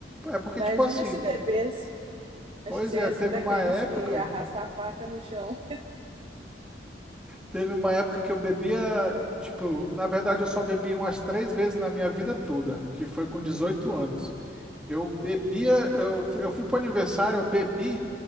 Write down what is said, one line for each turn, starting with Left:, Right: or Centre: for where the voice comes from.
Centre: É porque
Right: Imagina
Centre: tipo assim,
Right: se bebesse. Acho
Centre: pois
Right: que você
Centre: é,
Right: ia
Centre: teve
Right: ser daqueles
Centre: uma época,
Right: que arrasta a faca no chão.
Centre: teve uma época que eu bebia, tipo, na verdade eu só bebi umas três vezes na minha vida toda, que foi com 18 anos. Eu bebia, eu fui, eu fui pro aniversário, eu bebi